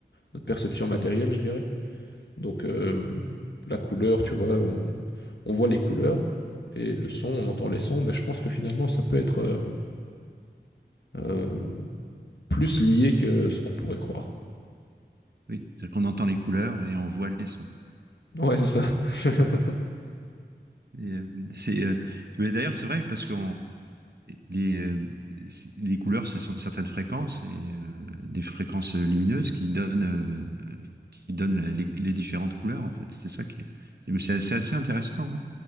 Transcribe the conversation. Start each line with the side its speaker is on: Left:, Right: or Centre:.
Left: notre perception matérielle, je dirais. Donc, euh, la couleur, tu vois, on, on voit les couleurs et le son, on entend les sons, mais je pense que finalement, ça peut être euh, euh, plus lié que ce qu'on pourrait croire.
Right: oui. C'est-à-dire qu'on entend les couleurs et on voit les sons.
Left: Ouais, c'est ça. <laughs>
Right: Et, euh, c'est, euh, mais d'ailleurs, c'est vrai parce que les, euh, c'est- les couleurs, ce sont certaines fréquences et euh, des fréquences lumineuses qui donnent, euh, euh, qui donnent la- les, les différentes couleurs, en fait. C'est ça qui est. C'est c'est assez, assez intéressant. hein.